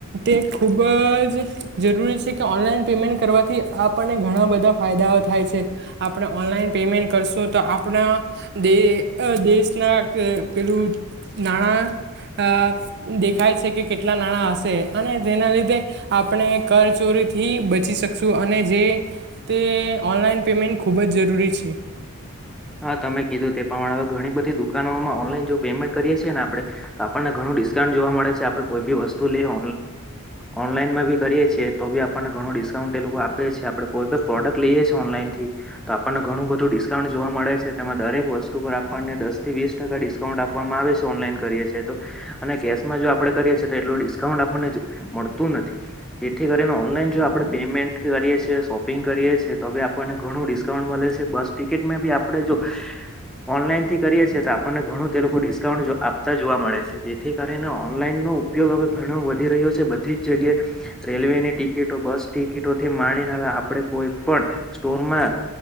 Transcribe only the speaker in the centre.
હા, તમે કીધું તે પ્રમાણે હવે ઘણી બધી દુખ દુકાનમાં ઓનલાઈન જો પેમેન્ટ કરીએ છીએને આપણે તો આપણને ઘણું ડિસ્કાઉન્ટ જોવા મળે છે, આપણે કોઈ બી વસ્તુ લઈએ- ઓનલાઈન માં બી કરીએ છીએ તો આપણને ઘણું ડિસ્કાઉન્ટ આપે છે આપણે કોઈ પ્રોડક્ટ લઈએ છીએ ઓનલાઈન થી તો આપણને ઘણું બધું ડિસ્કાઉન્ટ જોવા મળે છે, તેમાં દરેક વસ્તુ પર આપણને દસથી વીસ ટકા ડિસ્કાઉન્ટ આપવામાં આવે છે ઓનલાઈન કરીએ છીએ તો અને કેશમાં જો આપે કરીએ છીએ તો એટલું ડિસ્કાઉન્ટ આપણને મળતું નથી, તેથી કરીને ઓનલાઈન જો આપણે પેમેન્ટ કરીએ છીએ, શોપિંગ કરીએ છીએ, તો હ આપણને ઘણું ડિસ્કાઉન્ટ મળે છે બસ ટિક કીટમાં બી આપડે જો ઓનલાઈન થી કરીએ છીએ તો આપણને ઘણું તે લોકો ડિસ્કાઉન્ટ આપતા જોવા મળે છે, જેથી કરીને ઓનલાઈન નો ઉપયોગ હવે ઘણો વધી રહ્યો છે, બધી જ જગ્યાએ રેલવે ની ટિકિટો, બસ ટિકિટોથી માણ આપણે કોઈ પણ સ્ટોરમાં